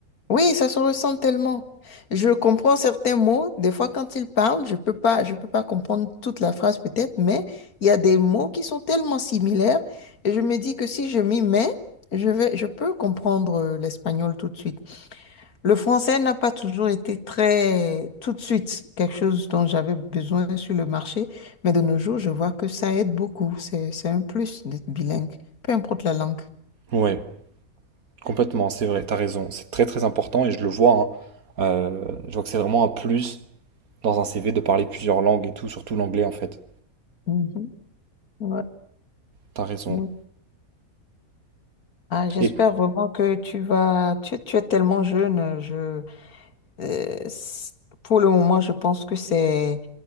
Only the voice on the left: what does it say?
Oui, ça se ressent tellement. Je comprends certains mots. Des fois, quand ils parlent, je peux pas, je peux pas comprendre toute la phrase peut-être, mais il y a des mots qui sont tellement similaires et je me dis que si je m'y mets, je vais, je peux comprendre euh, l'espagnol tout de suite. Le français n'a pas toujours été très tout de suite quelque chose dont j'avais besoin sur le marché, mais de nos jours, je vois que ça aide beaucoup. C'est, c'est un plus d'être bilingue, peu importe la langue.
Mhm. Ouais,
ouais. Ah, j'espère
vraiment que tu vas. Tu, tu es tellement jeune. Je, euh, c- pour le moment, je pense que c'est